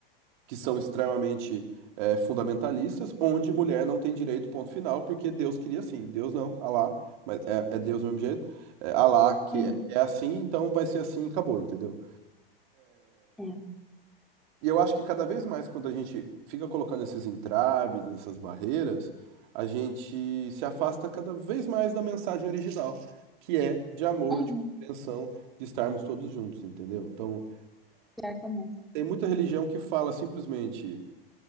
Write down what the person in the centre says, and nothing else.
uhum,
uhum,
uhum.
Pior que é mesmo.